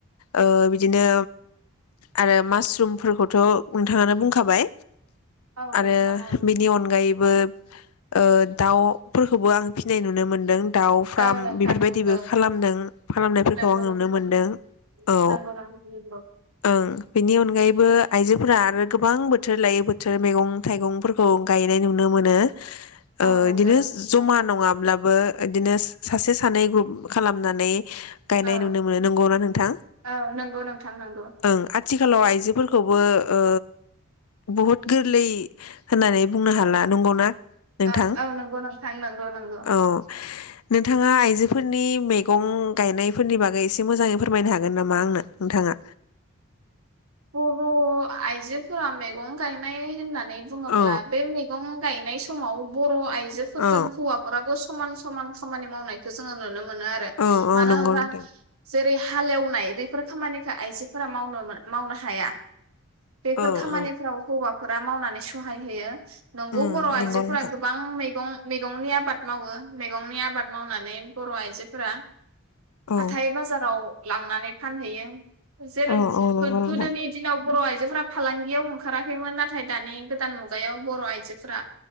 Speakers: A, on the left; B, on the right.
A: ओ बिदिनो आरो मासरुमफोरखौथ' नोंथाङानो बुंखाबाय
B: औ
A: आरो
B: नोंथां औ
A: बिनि अनगायैबो ओ ओ दाउफोरखौबो आं फिनाय नुनो मोनदों दाउ फार्म
B: औ नोंथां
A: बेफोरबायदिबो
B: नंगौ
A: खालामदों खालामनायफोरखौ
B: नंगौ
A: आं नुनो
B: नोंथां
A: मोनदों औ
B: नंगौ नंगौ नंगौ
A: ओं बेनि अनगायैबो आइजोफोरा आरो गोबां बोथोर लायै बोथोर मैगं थाइगंफोरखौ गायनाय नुनो मोनो ओ बिदिनो
B: औ नंगौ नोंथां
A: जमा
B: नंगौ
A: नङाब्लाबो बिदिनो सासे सानै ग्रुप खालामनानै गायनाय
B: औ
A: नुनो मोनो नोंगौना नोंथां
B: औ नंगौ नोंथां नंगौ
A: ओं आथिखालाव आइजोफोरखौबो ओ बुहुद गोरलै होननानै बुंनो हाला नंगौना नोंथां
B: औ औ नंगौ नोंथां नंगौ नंगौ
A: औ नोंथाङा आइजोफोरनि मैगं गायनायफोरनि बागै एसे मोजाङै फोरमायनो हागोन नामा आंनो नोंथाङा
B: ओ बर' आइजोफोरा मैगं गायनाय होननानै बुङोब्ला
A: औ
B: बे मैगं गायनाय समाव बर' आय जोफोरजों
A: औ
B: हौवाफोरा बो समान समान खामानि मावनायखौ जोङो नुनो मोनो मोनो आरो
A: औ औ
B: मानो
A: नंगौ
B: होनबा
A: नोंथां
B: जेरै हालेवनाय बेफोर खामानिखौ आइजोफोरा मावनो मोना मावनो हाया बेफोर
A: औ
B: खामानिफ्राव
A: औ
B: हौवा फोरा मावनानै सहाय होयो नंगौ
A: उम
B: बर'
A: नंगौ
B: आइजोफोरा
A: नोंथां
B: गोबां मैगं मैगंनि आबाद मावो मैगंनि आबाद मावनानै बर' आइजोफोरा
A: औ
B: हाथाय बाजाराव लांनानै फानहैयो जेरै
A: औ
B: गोदोनि
A: औ नंगौ नोंथां
B: दिनाव बर' आइजोफोरा फालांगियाव ओंखाराखैमोन नाथाय दानि गोदान मुगायाव बर' आइजोफोरा